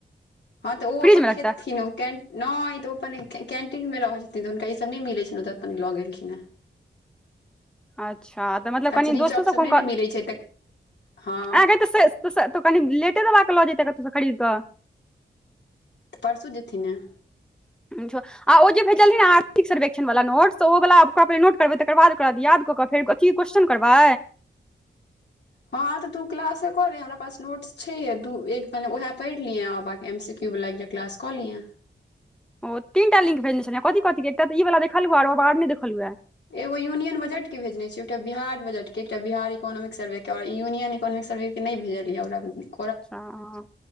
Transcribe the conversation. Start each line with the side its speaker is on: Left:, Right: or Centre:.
Left: हँ तऽ ओ अपन
Centre: फ्रिज मे रखतै
Left: खेथिन ओ कें नहि तऽ ओ अपन कैंटीन मे रहैत छथिन तऽ हुनका ई सब नहि मिलैत छनि ओतऽ अपन लऽ गेलखिन हे <inaudible>
Centre: अच्छा तऽ मतलब
Left: कचरी
Centre: कनि दोस्तो
Left: चॉप
Centre: सब क हुनकर
Left: नहि ने मिलै छै तऽ हँ
Centre: ऐंगे तऽ से त कनि लेटे दबाकऽ लऽ जेतै कत्तोस खरीद कऽ
Left: परसू जेथिन ने
Centre: छौ आ ओ जे भेजलि रहे ने आर्थिक सर्वेक्षण वला नोट से ओ वला ओक नोट करबै तकर बाद ओकरा याद कऽ क फेर की क्वेश्चन करबै
Left: हँं तऽ तू क्लासे करेै हमरा पास नोट्स छै दू एक मन उहए पढ़ लिय बाकी एम सी क्यों क्यू बला एकटा क्लास कऽ लियै
Centre: ओ ती टा लिंक भेजने छल कथि कथि के एकटा ई बला देखलु है ओरो नहि देखले यऽ
Left: एगो यूनियन बजट के भेजने छिय एकटा बिहार बजट के एकटा बिहार इकोनॉमिक सर्वे के यूनियन इोनॉमिक सर्वे के नहि भेजलियै ओकरा बुक मे
Centre: हॅं